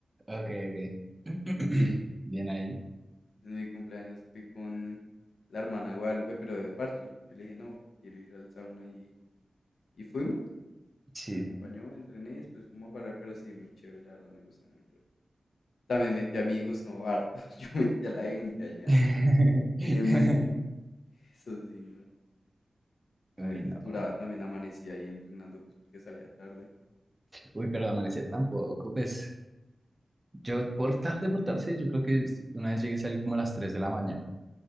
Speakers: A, on the right; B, on the left.
A: Ok, ok. <clears throat>
B: Sí,
A: Bien ahí.
B: en mi cumpleaños fui con la hermana de Guadalupe, pero de parche. Yo le dije, no, quiero ir al sauna y, y fuimos.
A: Sí.
B: Me acompañó, entrené y después fuimos a parar, pero sí, muy chévere, la verdad me gustó mucho. También metí amigos, no, harto. <laughs> Yo metí a la gente allá.
A: <laughs>
B: Y en noche, eso sí, no. A
A: Uy,
B: veces
A: no.
B: duraba también, amanecía ahí entrenando, pues porque salía tarde.
A: Uy, pero amanecer tampoco. Pues yo por tarde, por tarde, yo creo que una vez llegué a salir como a las 3 de la mañana